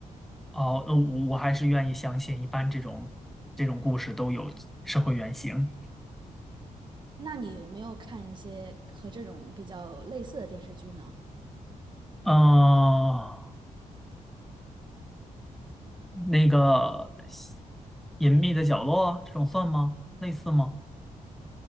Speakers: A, in the centre; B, on the right.
A: 哦，呃我我还是愿意相信，一般这种这种故事都有社会原型。
B: 那你有没有看一些和这种比较类似的电视剧呢？
A: 嗯，那个隐秘的角落这种算吗？类似吗？